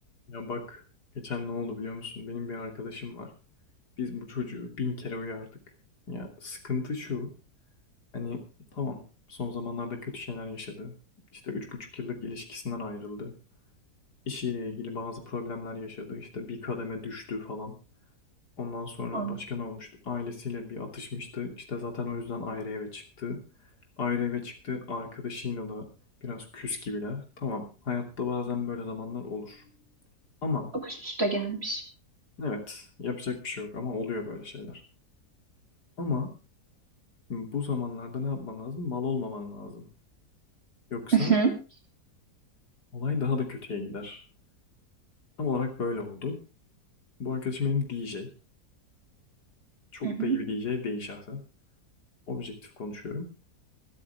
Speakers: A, on the left (about 75°); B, on the right (about 40°).
A: Ya bak, geçen ne oldu biliyor musun? Benim bir arkadaşım var. Biz bu çocuğu bin kere uyardık. Ya sıkıntı şu, hani tamam son zamanlarda kötü şeyler yaşadı. İşte üç buçuk yıllık ilişkisinden ayrıldı. İşiyle ilgili bazı problemler yaşadı. İşte bir kademe düştü falan. Ondan sonra
B: Aa,
A: başka ne olmuştu? Ailesiyle bir atışmıştı. İşte zaten o yüzden ayrı eve çıktı. Ayrı eve çıktı. Arkadaşıyla da biraz küs gibiler. Tamam, hayatta bazen böyle zamanlar olur. Ama
B: bak üst üste gelmiş.
A: Evet, yapacak bir şey yok ama oluyor böyle şeyler. Ama şimdi bu zamanlarda ne yapman lazım? Mal olmaman lazım. Yoksa
B: Hı hı.
A: olay daha da kötüye gider. Tam olarak böyle oldu. Bu arkadaşım benim DJ. Çok
B: Hı hı.
A: da iyi bir DJ değil şahsen. Objektif konuşuyorum.